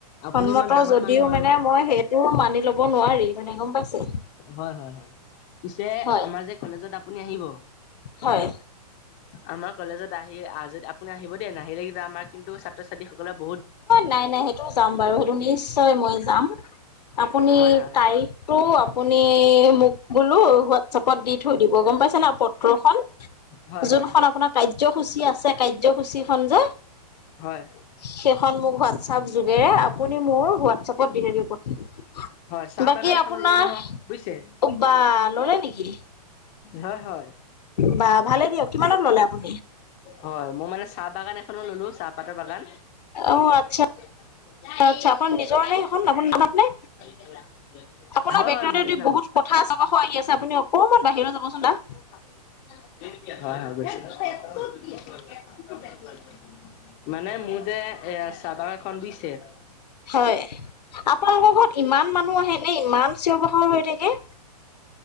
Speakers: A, on the left; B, on the left.
A: আপুনি
B: সন্মত
A: ইমান ডাঙৰ
B: যদিও
A: মানুহ আৰু
B: মানে মই সেইটো মানি ল'ব নোৱাৰি মানে গম পাইছে।
A: হয় হয় হয় পিছে
B: হয়
A: আমাৰ যে কলেজত আপুনি আহিব।
B: হয়।
A: আমাৰ কলেজত আহি আজ আপুনি আহিব দেই নাহিলে কিন্তু আমাৰ কিন্তু ছাত্ৰ ছ <unintelligible>
B: নাই নাই সেইটো যাম বাৰু সেইটো নিশ্চয় মই যাম। আপুনি
A: হয় হয়
B: তাৰিখ টো আপুনি মোক বোলো হোৱাটছএপত দি থৈ দিব গম পাইছে নাই গ্ৰহন
A: হয়
B: যোনখন
A: হয়
B: আপোনাৰ কাৰ্যসূচী আছে কাৰ্যসূচীখন যে
A: হয়।
B: সেইখন মোক হোৱাটছপ যোগেৰে আপুনি মোৰ হোৱাটছপত দি থাই দিব।
A: হয় চাহ
B: বাকী
A: বাগান এখন
B: আপোনাৰ
A: ৰুলো নহয় বুজিছে?
B: বা! ল'লে নেকি?
A: হয় হয়।
B: বা ভালে দিয়ক কিমানত ললে আপুনি?
A: হয় মই মানে চাহ বাগান এখনো ললো চাহপাতৰ বাগান।
B: অ আচ্ছা
A: <unintelligible>
B: আচ্ছা আপোনাৰ নিজৰ নে সেইখন আপোনাৰ নামত নে আপোনাৰ
A: হয়
B: বেকগ্ৰাউণ্ড
A: হয় মোৰে
B: যদি
A: নামত
B: বহুত কথা আছে বা সুৰ আহি আছে আপুনি অকণমান বাহিৰলৈ যাবচোন দা।
A: <unintelligible> মানে মোৰ যে এ চাহা বাগানখন বুজিছে
B: হয়। আপোনালোকৰ ঘৰত ইমান মানুহ আহে নে ইমান চিঞ পখৰ হৈ থাকে?